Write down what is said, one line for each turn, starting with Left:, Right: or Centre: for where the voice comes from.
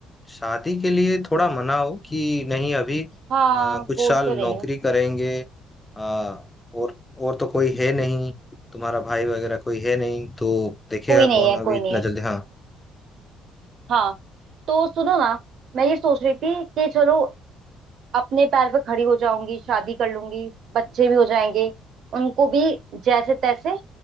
Left: शादी के लिए थोड़ा मना हो कि नहीं अभी अ,
Right: हाँ
Left: कुछ
Right: बोल
Left: साल
Right: तो रही
Left: नौकरी
Right: हूँ
Left: करेंगे अ, और और तो कोई है नहीं तुम्हारा भाई वगैरह कोई है नहीं तो देखेगा
Right: कोई नहीं
Left: कौन
Right: है
Left: अभी
Right: कोई
Left: इतना
Right: नहीं है
Left: जल्दी हाँ
Right: हाँ तो सुनो ना मैं ये सोच रही थी कि चलो अपने पैर पे खड़ी हो जाऊंगी शादी कर लूंगी बच्चे भी हो जाएंगे उनको भी जैसे तैसे